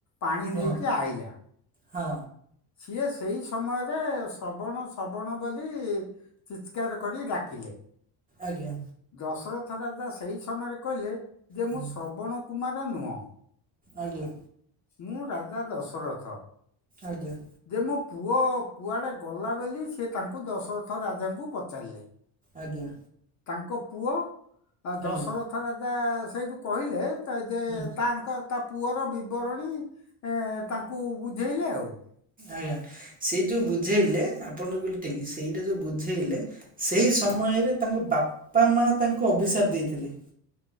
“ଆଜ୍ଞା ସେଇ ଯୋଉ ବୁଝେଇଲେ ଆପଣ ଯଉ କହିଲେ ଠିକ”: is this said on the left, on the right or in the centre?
Right